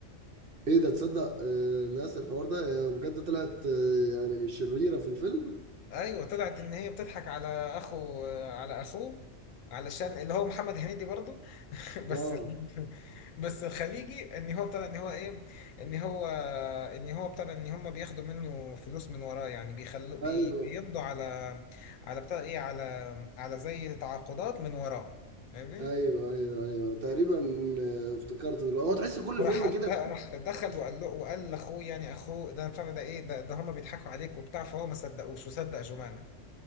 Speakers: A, on the right; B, on the left.
A: ايه ده تصدق آه ناس الحوار ده هي بجد طلعت آه يعني شريره في الفيلم
B: ايوه طلعت ان هي بتضحك على اخو على اخوه علشان اللي هو محمد هنيدي برضه <laughs> بس
A: اه
B: ال- بس الخليجي ان هو ابتدى ان هو ايه ان هو ان هو ابتدى ان هم بياخدوا منه فلوس من وراه يعني بيخلوا بي
A: ايوه
B: بيمضوا على على بتاع ايه على على زي تعاقدات من وراه فاهمني
A: ايوه ايوه ايوه تقريبا آه، افتكرت دلوقتي هو تحس كل
B: وراح
A: فيلم
B: قال
A: كده
B: لا، راح دخل وقال له وقال لاخوه يعني اخوه ده بتاع ده ايه ده, ده هم بيضحكوا عليك وبتاع فهو ما صدقوش وصدق جمانه